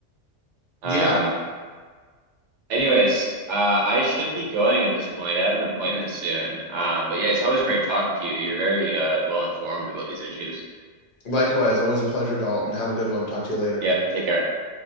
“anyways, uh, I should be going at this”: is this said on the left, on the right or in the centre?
Right